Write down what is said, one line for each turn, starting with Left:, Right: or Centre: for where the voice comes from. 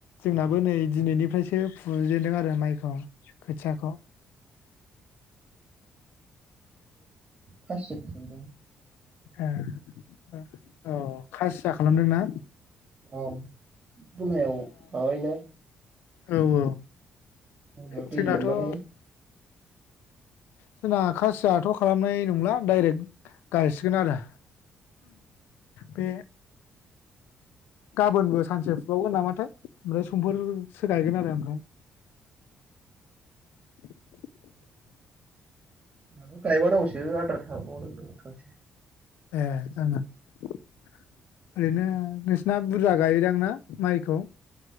Left: जोंनाबो नै दिनैनिफ्रायसो फुजेनदों आरो माइ खौ खोथियाखौ
Right: खायसे फुहांदों
Left: एस ओ औ खास आथसा खालामदों ना
Right: औ फुनायाव माबायोना
Left: औ औ
Right: मोनायाव दै
Left: जोंनाथ'
Right: लोमबाथाय
Left: जोंना खासियाथ' खालामनाय नंला दडाइरेक्ट गायसिगोन आरो बे गाबोनबो सानसे फुबावगोन नामाथाय ओमफ्राय समफोरसो गायगोन आरो ओमफ्राय <unintelligible>
Right: दा गायबाव नांगौसो आद्रा थाबोबावदों दिनै खावसे
Left: एह ओं ओं ओरैनो नोंसना बुरजा गायोदां ना माइखौ